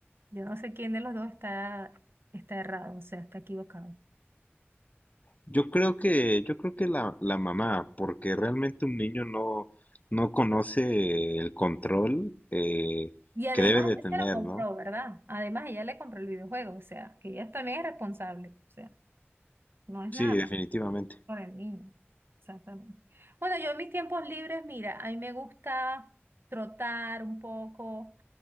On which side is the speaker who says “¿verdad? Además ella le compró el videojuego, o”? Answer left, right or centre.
Right